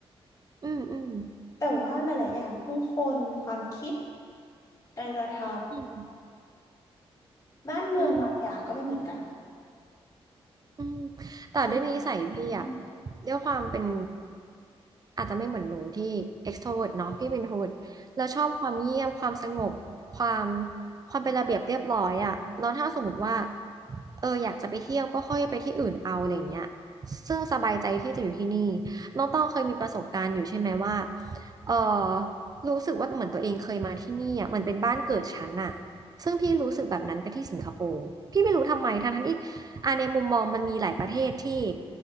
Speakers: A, on the right; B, on the left.
A: อืมอืม
B: แต่ว่าหลาย ๆ อย่างผู้คนความคิดการกระท
A: อืม
B: ำบ้านเมืองบางอย่างก็ไม่เหมือนกัน
A: อืม อืมแต่ด้วยนิสัยพี่อะ
B: สิอืม
A: ด้วยความเป็นอาจจะไม่เหมือนหนูที่ extrovert เนาะพี่เป็น introvert แล้วชอบความเงียบความสงบความความเป็นระเบียบเรียบร้อยอะแล้วถ้าสมมติว่าเอออยากจะไปเที่ยวก็ค่อยไปที่อื่นเอาอะไรอย่างเงี้ยซึ่งสบายใจที่จะอยู่ที่นี่น้องต้องเคยมีประสบการณ์อยู่ใช่ไหมว่าเออรู้สึกว่าเหมือนตัวเองเคยมาที่นี่อะเหมือนเป็นบ้านเกิดฉันอะซึ่งพี่รู้สึกแบบนั้นก็ที่สิงคโปร์พี่ไม่รู้ทำไมทั้งๆที่ อ่ะในมุมมองมันมีหลายประเทศที่